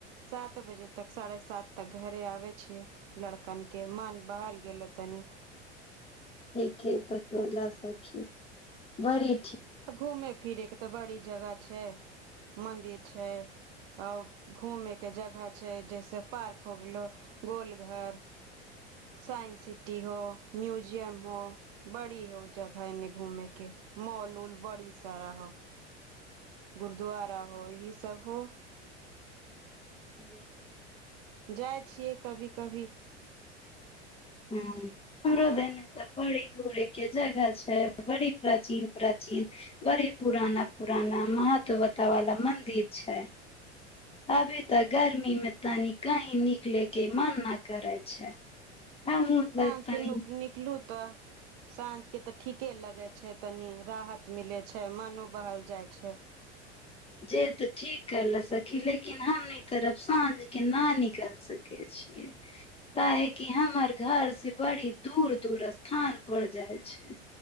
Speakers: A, on the right; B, on the left.
A: सात बजे तक साढ़े सात तऽ घरे आबै छियै लड़कने मन बहल गेलै तनी
B: ठीक ह तत्ासखी बड़ी
A: घूमे फिरेके तऽ बड़ी जगह छै मदिर छै आ घूमे के जगह छै जैसे पार्क हो गेलो गोलघर साइंस सिटी हो म्यूजियम हो बड़ी हो जगह एने घूमे के मॉल उल बड़ी सारा होऊ गुरुद्वारा हो यहीसभ हो
B: जी
A: जाइ छियै कभी कभी
B: ह हमरो देने तऽ बड़ी घूरयके जगह छै बड़ी प्राचीन प्राचीन बड़ी पुराना पुराना महतवता वाला मन्दिर छै अभी तऽ गर्मीमे तनि कहीँ निकलेके मान नहि करै छै हमहुँ
A: साँझ
B: लग तनी
A: के नुक निकलू तऽ साँझके तऽ ठीके लगै छै तनि राहत मिलै छै मनो बहल जाइ छै
B: जे तऽ ठीक कर ल सकी लेकिन हमनी तरफ साँझ के न निकलि सकै छियै काहेकि हमर घर से बड़ी दूर दूर स्थान पर जाइ छै